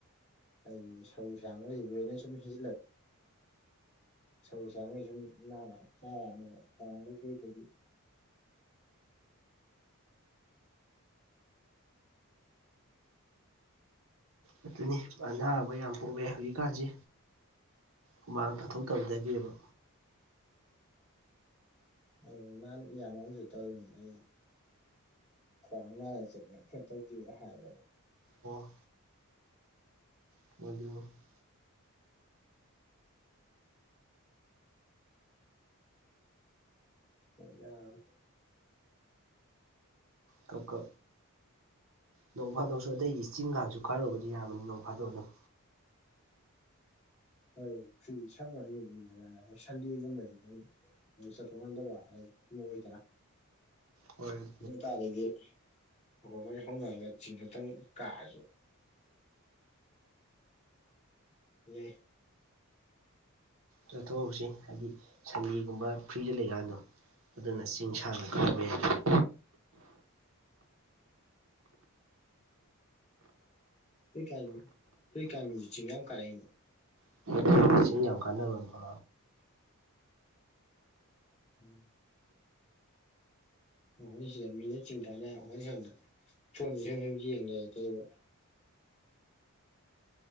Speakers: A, on the left; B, on the right.
A: ꯑꯩꯗꯤ ꯁꯧ ꯁꯥꯡꯉꯣꯏ ꯍꯦꯗꯔ ꯁꯨꯝ ꯁꯤꯖꯤꯜꯂꯛ ꯁꯧꯁꯥꯉꯣꯏ ꯁꯨꯝ ꯅꯥꯔꯛꯑꯅꯦꯕ ꯈꯗ ꯀꯩ ꯀꯩꯒꯤ
B: ꯑꯗꯨꯅꯤ ꯑꯅꯥꯕ ꯌꯥꯝ ꯄꯣꯛꯂꯦ ꯍꯧꯖꯤꯛꯀꯥꯟꯁꯤ ꯍꯨꯃꯥꯡ ꯇꯥꯊꯣꯛꯇꯕꯗꯒꯤꯕ
A: ꯑꯗꯨ ꯅꯍꯥꯟ ꯏꯌꯥꯝꯕꯝꯖꯨ ꯇꯧꯔꯤꯅꯤ ꯑꯩꯅ ꯈ꯭ꯋꯥꯡ ꯅꯥꯏꯅ ꯆꯠꯂꯀꯦ ꯇꯧ ꯑꯗꯨꯏꯔꯥ ꯍꯥꯏꯔꯕ
B: ꯑꯣ <unintelligible>
A: ꯑꯩ ꯌꯥꯎꯔꯣꯏꯒꯦ
B: ꯀꯣꯀꯣ ꯅꯣꯡ ꯐꯥꯗꯣꯛꯁꯨ ꯑꯇꯩꯗꯤ ꯆꯤꯡꯒꯥꯟꯁꯨ ꯀꯥꯔꯨꯕꯗꯤ ꯌꯥꯕꯅꯤ ꯅꯣꯡꯐꯥꯗꯣꯛ ꯑꯗꯨꯝ
A: ꯍꯣꯏ ꯐ꯭ꯔꯤ ꯁꯪꯕ ꯃꯨꯃꯤꯠ <unintelligible> ꯁꯟꯗꯦꯒꯨꯝꯕꯁꯦ ꯅꯪ ꯑꯗꯨ ꯆꯠꯊꯣꯛ ꯉꯟꯗꯕ ꯑꯩ ꯑꯃ ꯑꯣꯏꯗꯅ
B: ꯍꯣꯏ
A: ꯇꯥꯔꯗꯤ ꯑꯩꯈꯣꯏꯕꯅꯤ ꯍꯧꯅꯔꯒ ꯆꯤꯡ ꯈꯇꯪ ꯀꯥꯔꯁꯨ ꯌꯥꯏ
B: ꯆꯠꯊꯣꯛꯍꯧꯁꯤ ꯍꯥꯏꯗꯤ ꯁꯟꯗꯦꯒꯨꯝꯕ ꯐ꯭ꯔꯤꯗ ꯂꯩꯀꯥꯟꯗꯣ ꯑꯗꯨꯅ ꯆꯤꯡ ꯁꯥꯡꯅ ꯀꯥꯎꯕ ꯌꯥꯏꯗꯅ
A: ꯍꯨꯏ ꯀꯥꯏꯃꯤ ꯍꯨꯏ ꯀꯥꯏꯃꯤꯁꯤ ꯆꯤꯡ ꯌꯥꯝ ꯀꯔꯛꯏꯅꯦ
B: ꯌꯥꯏꯗꯅ ꯆꯤꯡ ꯌꯥꯝ ꯀꯥꯟꯅꯕ ꯃꯐꯝ
A: ꯎꯝ ꯑꯩꯈꯣꯏ ꯁꯤꯗ ꯃꯤꯅ ꯆꯤꯡ ꯀꯥꯟꯅꯔ ꯑꯩꯈꯣꯏ ꯁꯣꯝꯗ ꯐꯣꯟꯖꯤꯗ ꯁꯨꯝ ꯌꯦꯡꯂꯩ ꯇꯩꯔꯤꯕ